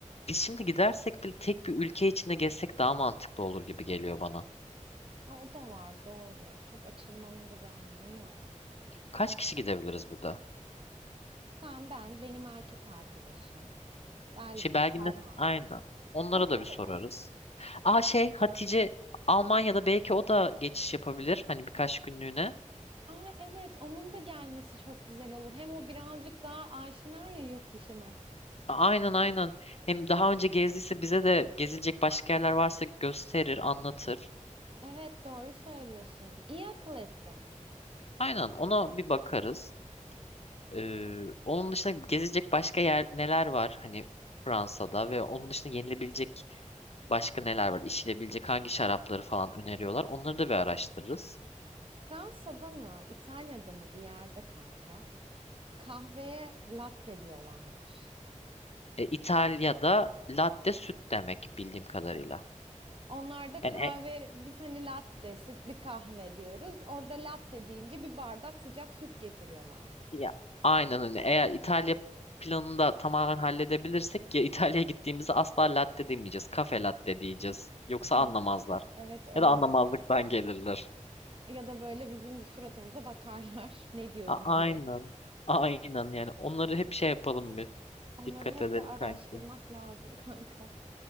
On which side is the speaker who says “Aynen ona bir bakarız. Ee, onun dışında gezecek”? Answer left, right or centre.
Left